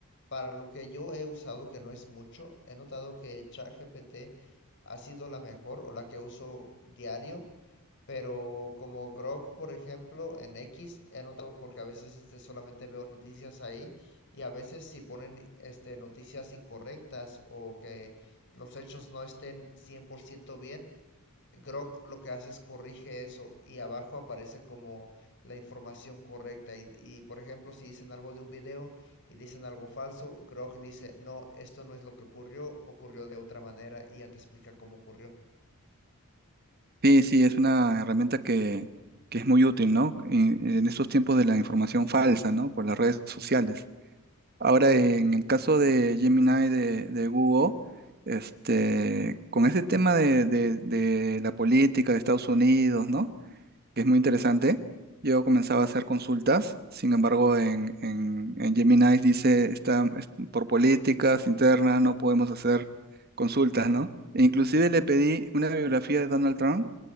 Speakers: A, on the left; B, on the right.
A: Para lo que yo he usado, que no es mucho, he notado que ChatGPT ha sido la mejor o la que uso diario, pero como Grok, por ejemplo, en X, he notado porque a veces este, solamente veo noticias ahí y a veces si ponen este, noticias incorrectas o que los hechos no estén 100% bien, Grok lo que hace es corrige eso y abajo aparece como la información correcta. Y, y, por ejemplo, si dicen algo de un video y dicen algo falso, Grok dice, no, esto no es lo que ocurrió, ocurrió de otra manera y ya te explica cómo ocurrió.
B: Sí, sí, es una herramienta que que es muy útil, ¿no? En, en estos tiempos de la información falsa, ¿no? Por las redes sociales.
A: <laughs>
B: Ahora, en
A: Sí.
B: el caso de Gemini de, de Google, este, con ese tema de, de- de la política de Estados Unidos, ¿no? Que es muy interesante. Yo comenzaba a hacer consultas, sin embargo, en, en, en Gemini dice, está, es- por políticas internas no podemos hacer consultas, ¿no? E inclusive le pedí una biografía de Donald Trump